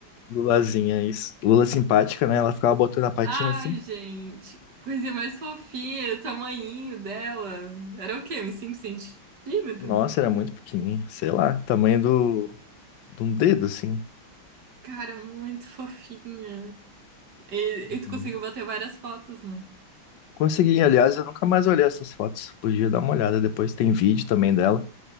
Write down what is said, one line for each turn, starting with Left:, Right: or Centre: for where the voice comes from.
Left: Lulazinha, isso. Lula simpática, né? Ela ficava botando a patinha
Right: Ai,
Left: assim.
Right: gente, coisinha mais fofinha, o tamanhinho dela. Era o quê? Uns 5 centímetros?
Left: Nossa, era muito pequenininha, sei lá, tamanho do, de um dedo, assim.
Right: Cara, é muito fofinha. E,
Left: Uhum.
Right: e tu conseguiu bater várias fotos, né?
Left: Consegui, aliás, eu nunca mais olhei essas fotos. Podia dar uma olhada depois. Tem vídeo também dela.